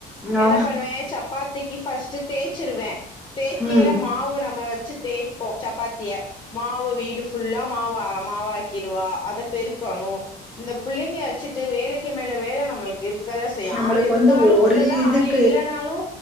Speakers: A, on the left; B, in the centre.
A: என்ன
B: ஆ
A: பண்ணுவே சப்பாத்தி கி ஃபர்ஸ்ட் தேய்சுருவே தேக்கையில
B: ம்
A: மாவு நம்ம வச்சி தேய்போ சப்பாத்திய மாவு வீடு ஃபுல்லா மாவ மாவாக்கிருவா அத பெருக்கணு இந்த புள்ளைங்க வச்சிட்டு வேலைக்கு மேல வேல நம்மளுக்கு இரு க்கதா செய்யு
B: நம்மளுக்கு
A: ஆளு இருந்தாலு
B: வந்து ஒரு
A: ஒன்னுதா
B: இதுக்கு
A: ஆளு இல்லனாலு